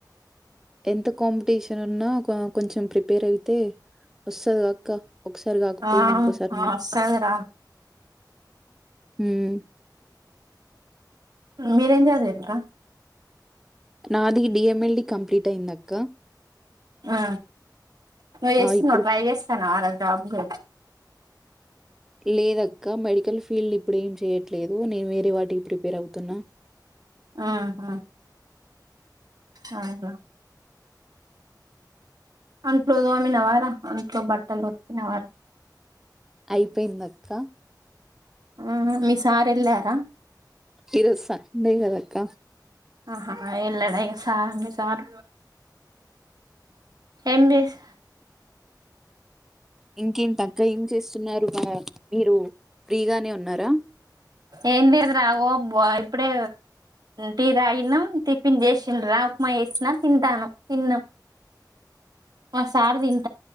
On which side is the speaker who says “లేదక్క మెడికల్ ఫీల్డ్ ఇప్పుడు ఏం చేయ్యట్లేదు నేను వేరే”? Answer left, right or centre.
Centre